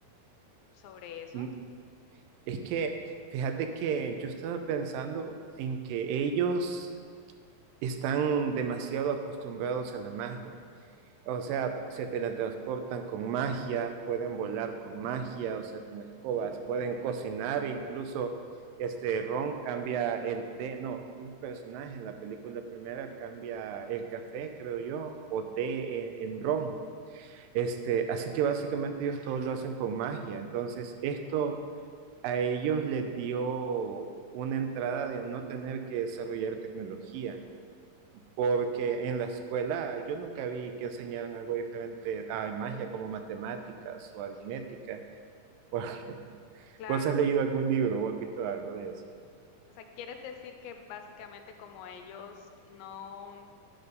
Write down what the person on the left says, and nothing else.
sobre eso.
Ujú,
Claro,
o sea, ¿quieres decir que básicamente como ellos no